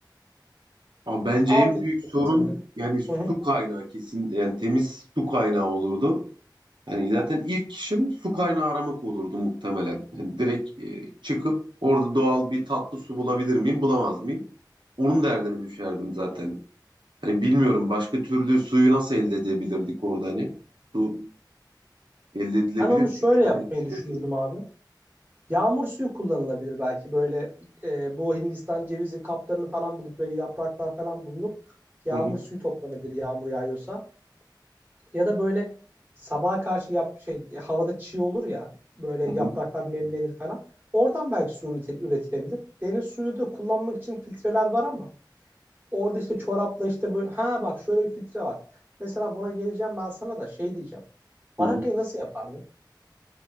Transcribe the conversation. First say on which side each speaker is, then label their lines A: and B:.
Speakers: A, on the right (about 85°); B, on the right (about 25°).
A: Ama bence
B: Aldın
A: en büyük sorun
B: malzemeleri.
A: yani su
B: Hı hı.
A: kaynağı kesin yani temiz su kaynağı olurdu. Hani zaten ilk işim su kaynağı aramak olurdu muhtemelen. Yani direkt e, çıkıp orada doğal bir tatlı su bulabilir miyim, bulamaz mıyım? Onun derdine düşerdim zaten. Hani bilmiyorum başka türlü suyu nasıl elde edebilirdik orada hani? Su elde edilebilir
B: Ben onu
A: miydi?
B: şöyle
A: Sen
B: yapmayı
A: ne düşünüyorsun?
B: düşünürdüm abi. Yağmur suyu kullanılabilir belki böyle e, bu Hindistan cevizi kaplarını falan bulup böyle yapraklar falan bulunup yağmur
A: Hı hı,
B: suyu toplanabilir yağmur yağıyorsa. Ya da böyle sabaha karşı yap şey havada çiğ olur ya böyle
A: hı
B: yapraklar
A: hı,
B: nemlenir falan. Oradan belki su üreti- üretilebilir. Deniz suyu da kullanmak için filtreler var ama orada işte çorapla işte böyle ha bak şöyle bir filtre var. Mesela buna geleceğim ben sana da şey diyeceğim. Barakayı
A: hı hı.
B: nasıl yapardın?